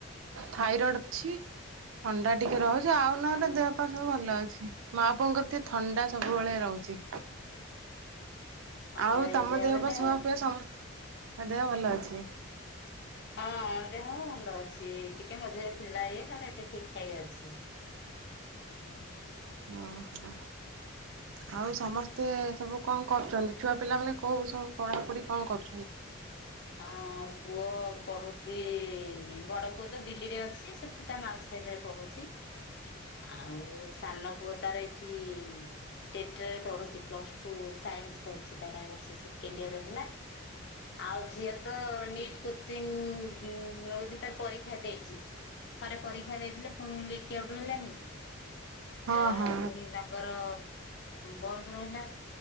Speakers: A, on the right; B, on the left.
A: ଥାଇରଏଡ
B: ହୁଁ
A: ଅଛି ଥଣ୍ଡା ଟିକେ ରହୁଛି ଆଉ ନହେଲେ
B: ହଁ
A: ଦେହ ପା ସବୁ ଭଲ ଅଛି ମା ପୁଅଙ୍କର ଟିକେ ଥଣ୍ଡା ସବୁବେଳେ ରହୁଛି।
B: ଥଣ୍ଡାରେ
A: ଆଉ ତମ ଦେହ
B: ବେଲେ
A: ପା ଛୁଆପିଲା ସମସ୍ତଙ୍କ ଦେହ ଭଲ ଅଛି?
B: ହଁ ଦେହ ଭଲ ଅଛି ଟିକେ ମଝିରେ ଥିଲା ଇଏ ତାପରେ ଏବେ ଠିକ ଠାକ ଅଛି। ହୁଁ।
A: ହଁ ହଁ। ଆଉ ସମସ୍ତେ ସବୁ କଣ କରୁଛନ୍ତି ଛୁଆ ପିଲା ମାନେ କୋଉ ସବୁ ପଢାପଢି କଣ କରୁଛନ୍ତି?
B: ହଁ ପୁଅ ପଢୁଛି ବଡ ପୁଅ ତ ଦିଲ୍ଲୀରେ ଅଛି ସେ ତା ମାଉସି ପାଖରେ ପଢୁଛି। ଆଉ ସାନ ପୁଅ ତାର ଏଠି ଟେଟ୍ରାରେ ପଢୁଛି ପ୍ଲସଟୁ ସାଇନ୍ସ ପଢୁଛି ତାର ଏବର୍ଷ ସେକେଣ୍ଡ ଇୟର ହେଲା। ଆଉ ଝିଅ ତ ନିଟ୍ କୋ ଚିଂ ନଉଛି ତାର ପରୀକ୍ଷା ଦେଇଛି। ଥରେ ପରୀକ୍ଷା ଦେଇଥିଲେ ପୁଣି ଲିକଆଉଟ ହେଲାନି କି? ଏଟା
A: ହଁ ହଁ
B: ପୁଣି ତାଙ୍କର ବନ୍ଦ ରହିଲା